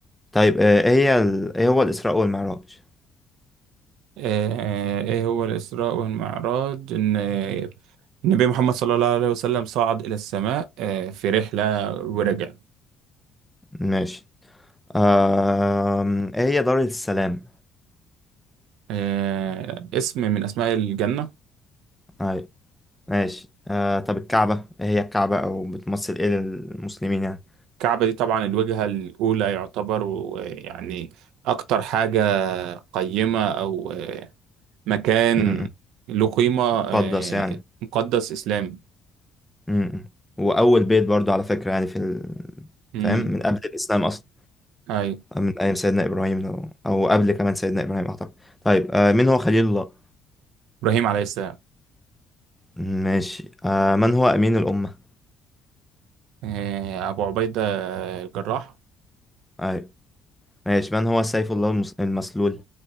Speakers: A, in the centre; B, on the right (about 80°).
A: طيب آه إيه هي ال... إيه هو الإسراء والمعراج
B: آه، إيه هو الإسراء والمعراج إن النبي محمد صلى الله عليه وسلم صعد إلى السماء آه، في رحلة ورجع
A: ماشي آه إيه هي دار السلام
B: آه، اسم من أسماء الجنة
A: أيوة ماشي آه طب الكعبة إيه هي الكعبة أو بتمثل إيه للمسلمين يعني
B: الكعبة دي طبعا الوجهة الأولى يعتبر و- يعني أكتر حاجة قيمة أو آه، مكان
A: مم.
B: له قيمة آه،
A: مقدس يعني
B: مقدس إسلامي
A: مم. وأول بيت برضو على فكرة يعني في ال...
B: مم.
A: فاهم من قبل الإسلام أصلا
B: أيوة
A: من أيام سيدنا إبراهيم لو أو قبل كمان سيدنا إبراهيم أعتقد طيب آه مين هو خليل الله؟
B: إبراهيم عليه السلام
A: ماشي آه من هو أمين الأمة؟
B: آه، أبو عبيدة الجراح
A: أيوة ماشي من هو سيف الله المس- المسلول؟